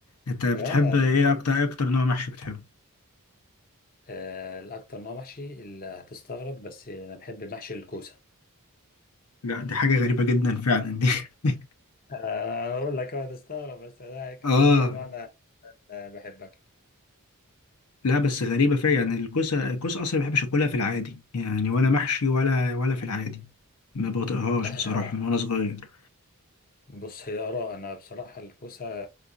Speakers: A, on the left; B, on the left.
A: انت بتحب
B: لا
A: ايه
B: لا
A: اكتر ايه اكتر نوع محشي بتحبه
B: آه، الأكتر نوع محشي اللي هتستغرب بس أنا بحب محشي الكوسة
A: لا دي حاجة غريبة جدا فعلا دي <laughs>
B: آه، أنا أقول لك أه هتستغرب بس ده أكتر
A: اه
B: نوع أنا آه، بحبه
A: لا بس غريبة فعلا يعني الكوسة الكوسة اصلا ما بحبش اكلها في العادي يعني ولا محشي ولا ولا في العادي ما بطيقهاش
B: لا
A: بصراحة
B: لا لا
A: من وانا صغير
B: بص هي آراء أنا بصراحة الكوسة